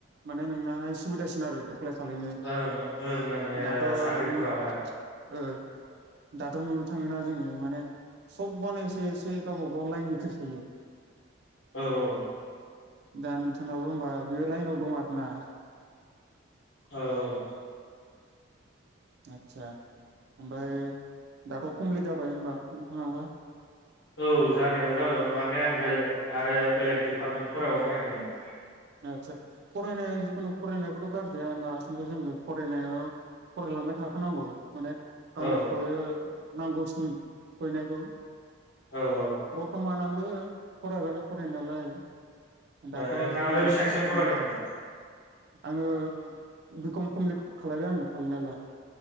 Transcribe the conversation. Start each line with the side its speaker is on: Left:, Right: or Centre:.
Right: माने नोंनाहाय सुबिदासिन आरो। एप्लाइ खालायनो
Left: ओं ओं ओं अ
Right: दाथ'
Left: साख्रिफोरावहाय
Right: नु ओ दाथ' नुनो थाङोना जोङो माने सबबानो एसे एसे गावबा गाव लाइननि फैसोयो।
Left: औ औ
Right: दा नोंथांनाबो होमबा बे लाइनाव दं आरो ना?
Left: औ
Right: आतसा ओमफ्राय दाथ' कमप्लिट जाबाय होमबा नोंथाङाबो?
Left: औ जानायालाय जाबायमोन माने आं बेलेग आरो बेलेग डिपार्टमेन्ट फरायबानो नागिरदोंमोन।
Right: आदसा फरायनाया जिखुनु फरायनायखौथ' गारजाया दासिमबो जोङो फरायनायाव फरायलांबाय थाखानांगौ। माने गावनि
Left: औ
Right: <unintelligible> नांगौसिन फरायनायखौ
Left: औ ओ
Right: बर्तमान आं बो फरायबाय फरायनायालाय। दाथ'
Left: नोंथाङालाय
Right: <unintelligible>
Left: बेसेबांसिम फरायनायमोन?
Right: आङो बिकम कमलि खालायबाय आङो खालायनायालाय